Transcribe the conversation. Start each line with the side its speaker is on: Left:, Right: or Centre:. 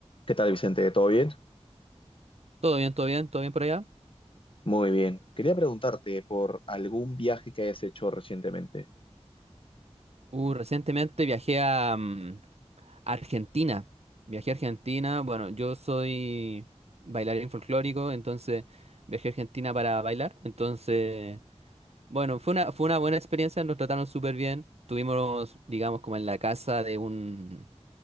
Left: ¿Qué tal, Vicente? ¿Todo bien?
Right: Todo bien, todo bien, todo bien por allá.
Left: Muy bien. Quería preguntarte por algún viaje que hayas hecho recientemente.
Right: Uh, recientemente viajé a mm, Argentina. Viajé a Argentina. Bueno, yo soy bailarín folclórico, entonces viajé a Argentina para bailar. Entonces, bueno, fue una, fue una buena experiencia, nos trataron súper bien. Tuvimos, digamos, como en la casa de un,